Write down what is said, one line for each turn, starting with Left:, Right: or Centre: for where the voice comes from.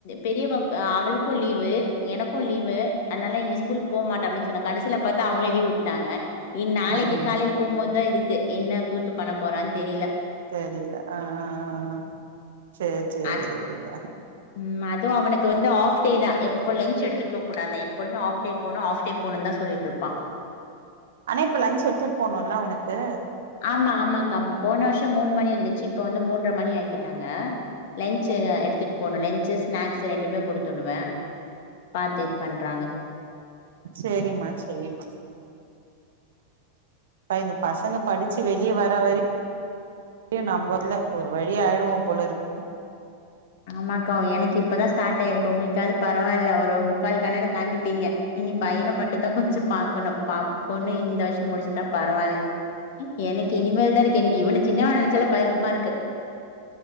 Left: பெரிய பா அவளுக்கு லீவு எனக்கு லீவு அதனால இனி ஸ்கூல் போமாட்ட அப்டினு சொன்ன கடைசில பத்தா அவங்களே லீவு உட்டாங்க இ நாளைக்கி
Right: ஐயயோ
Left: காலைய்ல போம்போதுதா இரு க்கு என்ன கூத்து பண்ண போறான் தெரில
Right: தெரிய்ல அ அ அ அ சேர் சேர்
Left: அத்
Right: சேரிடா
Left: ம் அதுவு அவனுக்கு வந்து ஆஃப் டே தா எப்ப லஞ்ச் எடுத்துட்டு போக் கூடாது எப்பொழுமே ஆஃப் டே போணு ஆஃப் டே போணுன் தா சொல்லியிட்ருப்பா
Right: ஆனா இப்ப லஞ்ச் எடுத்துட் போனுல்ல அவனுக்கு
Left: ஆமா ஆமாக்கா போன வர்ஷொ மூணு மணி இருந்துச்சு இப்போ வந்து மூன்ற மணி ஆக்கிட்டாங்க லஞ்ச்சு எடுத்துட் போணு லஞ்ச்சு ஸ்னாக்ஸ் ரெண்டுமே குடுத்துடுவ பாத்து பண்றாங்க
Right: சேரிமா சேரிமா பா இந்த பசங்க படிச்சு வெளிய வர வரை நம்ப இல்ல ஒரு வழியாய்டுவோ போலருக்
Left: ஆமாக்கா எனக்கு இப்பதா ஸ்டாட் ஆய்ருக்கு உங்களுக்காது பரவால்ல ஒரு முக்கால் கெணர தாண்டிட்டீங்க
Right: இருக்கு
Left: இனி பையன மட்டுந்தா கொஞ்சொ பாக்கணும் பாப் பொண்ணு இந்த வர் ஷம் முடிச்சுட்டா பரவால்ல எனக்கு இனிமேல்தா இருக்கு எனக்கு இவன சின்னவன நெனச்சாலே பயமா இருக்கு